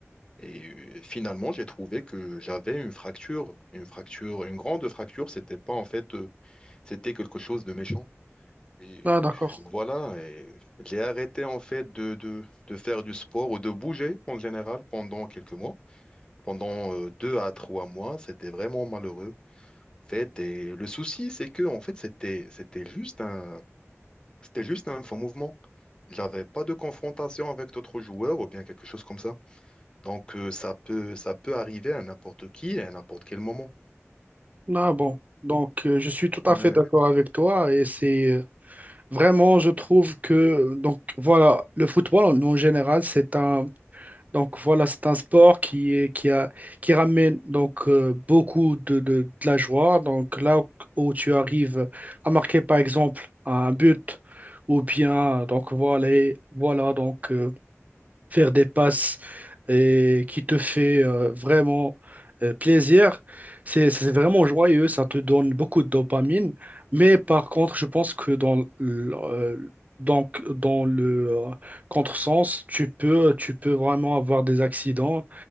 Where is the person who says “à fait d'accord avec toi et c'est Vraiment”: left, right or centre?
Right